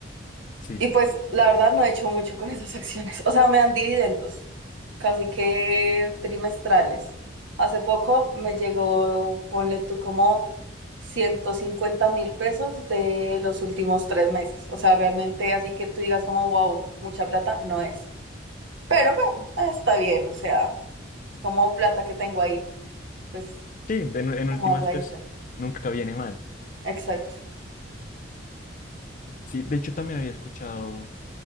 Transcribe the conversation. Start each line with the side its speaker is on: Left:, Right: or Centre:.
Left: Sí,
Right: Y pues la verdad no he hecho mucho con <laughs> esas acciones. O sea, me dan dividendos, casi que trimestrales. Hace poco me llegó, ponle tú como ciento cincuenta mil pesos de los últimos tres meses. O sea, realmente así que tú digas como, wow, mucha plata, no es. Pero bueno, está bien, o sea, es como plata que tengo ahí, pues
Left: sí, en, en
Right: como
Left: últimas,
Right: ahorradita.
Left: pues nunca viene mal.
Right: Exacto.
Left: Sí, de hecho también había escuchado